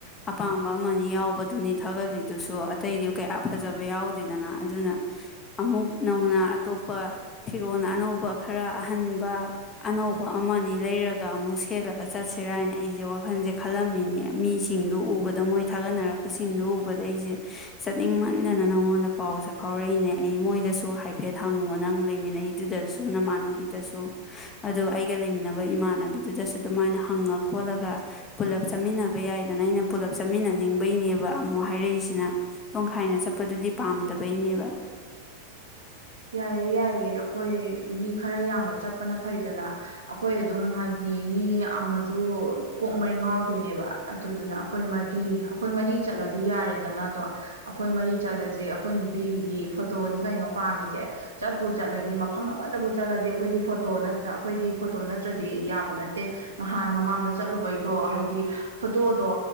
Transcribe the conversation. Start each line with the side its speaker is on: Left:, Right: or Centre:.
Left: ꯑꯄꯥꯝꯕ ꯑꯃ ꯌꯥꯎꯕꯗꯨꯅꯤ ꯊꯥꯒꯠꯂꯤꯗꯨꯁꯨ ꯑꯇꯩꯗꯤ ꯀꯌꯥ ꯐꯖꯕ ꯌꯥꯎꯗꯦꯗꯅ ꯑꯗꯨꯅ ꯑꯃꯨꯛ ꯅꯧꯅ ꯑꯇꯣꯞꯄ ꯐꯤꯔꯣꯜ ꯑꯅꯧꯕ ꯈꯔ ꯑꯍꯟꯕ ꯑꯅꯧꯕ ꯑꯃꯅꯤ ꯂꯩꯔꯒ ꯑꯃꯨꯛ ꯁꯦꯠꯂꯒ ꯆꯠꯁꯤꯔꯥꯅ ꯑꯩꯁꯦ ꯋꯥꯈꯜꯁꯦ ꯈꯜꯂꯝꯃꯤꯅꯦ ꯃꯤꯁꯤꯡꯗꯨ ꯎꯕꯗ ꯃꯣꯏ ꯊꯥꯒꯠꯅꯔꯛꯄꯁꯤꯡꯗꯨ ꯎꯕꯗ ꯑꯩꯁꯦ ꯆꯠꯅꯤꯡꯕ ꯈꯟꯗꯅ ꯅꯪꯉꯣꯟꯗ ꯄꯥꯎꯁꯦ ꯐꯥꯎꯔꯛꯏꯅꯦ ꯑꯩ ꯃꯣꯏꯗꯁꯨ ꯍꯥꯏꯐꯦꯠ ꯍꯪꯉꯣ ꯅꯪ ꯂꯩꯃꯤꯟꯅꯩꯗꯨꯗꯁꯨ ꯅꯃꯥꯟꯅꯕꯤꯗꯁꯨ ꯑꯗꯣ ꯑꯩꯒ ꯂꯩꯃꯤꯟꯅꯕ ꯏꯃꯥꯟꯅꯕꯤꯗꯨꯗꯁꯨ ꯑꯗꯨꯃꯥꯏꯅ ꯍꯪꯉ ꯈꯣꯠꯂꯒ ꯄꯨꯂꯞ ꯆꯥꯃꯤꯟꯅꯕ ꯌꯥꯏꯗꯅ ꯑꯩꯅ ꯄꯨꯜꯂꯞ ꯆꯥꯃꯤꯟꯅꯅꯤꯡꯕꯩꯅꯦꯕ ꯑꯃꯨꯛ ꯍꯥꯏꯔꯛꯏꯁꯤꯅ ꯍꯥꯏꯅ ꯆꯠꯄꯗꯨꯗꯤ ꯄꯥꯝꯗꯕꯩꯅꯦꯕ
Right: ꯌꯥꯏꯌꯦ ꯌꯥꯏꯌꯦ ꯑꯩꯈꯣꯏ ꯃꯤ ꯈꯔ ꯌꯥꯝꯅ ꯆꯠꯄꯅ ꯐꯩꯗꯅ ꯑꯩꯈꯣꯏ ꯑꯗꯨꯝ ꯍꯥꯏꯗꯤ ꯃꯤ ꯑꯃꯁꯨ ꯀꯣꯛꯃꯩ ꯉꯥꯎꯗꯣꯏꯅꯦꯕ ꯑꯗꯨꯗꯨꯅ ꯑꯩꯈꯣꯏ ꯃꯔꯤ ꯑꯩꯈꯣꯏ ꯃꯔꯤ ꯆꯠꯂꯗꯤ ꯌꯥꯔꯦꯗꯅ ꯑꯗꯣ ꯑꯩꯈꯣꯏ ꯃꯔꯤ ꯆꯠꯂꯁꯦ ꯑꯩꯈꯣꯏ ꯅꯨꯄꯤꯒꯤꯗꯤ ꯐꯣꯇꯣꯅꯤ ꯀꯩꯅꯣ ꯄꯥꯝꯃꯤꯗ ꯁꯦ ꯆꯠꯄꯨ ꯆꯠꯂꯗꯤ ꯃꯐꯝ ꯑꯃꯗꯕꯨ ꯆꯠꯂꯗꯤ ꯑꯩꯈꯣꯏꯒꯤ ꯐꯣꯇꯣ ꯑꯩꯈꯣꯏꯒꯤ ꯐꯣꯇꯣ ꯅꯠꯇ꯭ꯔꯗꯤ ꯌꯥꯕ ꯅꯠꯇꯦ ꯅꯍꯥꯟ ꯃꯃꯥꯡꯗ ꯆꯠꯂꯨꯕꯩꯗꯣ ꯍꯥꯏꯗꯤ ꯐꯣꯇꯣꯗꯣ